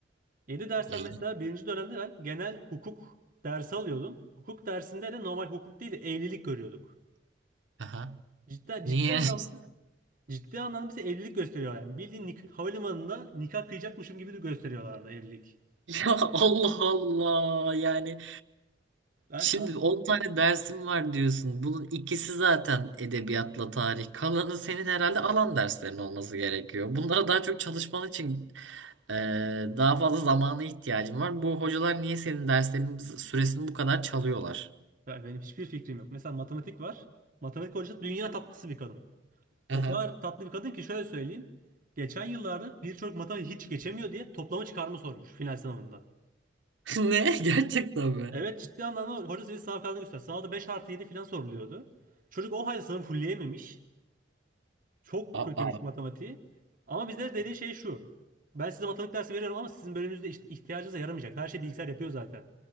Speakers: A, on the right (about 45°); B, on the right (about 75°).
A: yedi dersten
B: Ya y-
A: mesela birinci dönemde ben genel hukuk dersi alıyordum. Hukuk dersinde de normal hukuk değil de evlilik görüyorduk.
B: Aha.
A: Cidden ciddi
B: Niye?
A: anlamda
B: <laughs>
A: Ciddi anlamda bize evlilik gösteriyor yani. Bildiğin nik havalimanında nikah kıyacakmışım gibi de gösteriyorlardı evlilik.
B: Ya Allah Allah yani
A: Ben
B: şimdi
A: al-
B: 10 tane dersim var diyorsun. Bunun ikisi zaten edebiyatla tarih. Kalanı senin herhalde alan derslerin olması gerekiyor. Bunlara daha çok çalışman için Ee, daha fazla zamana ihtiyacım var. Bu hocalar niye senin derslerinin süresini bu kadar çalıyorlar?
A: ya benim hiçbir fikrim yok. Mesela matematik var. Matematik hocası dünya tatlısı bir kadın.
B: Aha.
A: O kadar tatlı bir kadın ki şöyle söyleyeyim. Geçen yıllarda bir çocuk matematik hiç geçemiyor diye toplama çıkarma sormuş final sınavında.
B: <laughs> Ne? Gerçekten mi?
A: Evet ciddi anlamda hocası bize sınav kağıdını göster. Sınavda 5 artı 7 falan soruluyordu. Çocuk o halde sınavı fulleyememiş. Çok
B: Aa.
A: kötüymüş matematiği. Ama bizde dediği şey şu. Ben size matematik dersi veriyorum ama sizin bölümünüzde işte ihtiyacınıza yaramayacak. Her şey bilgisayar yapıyor zaten.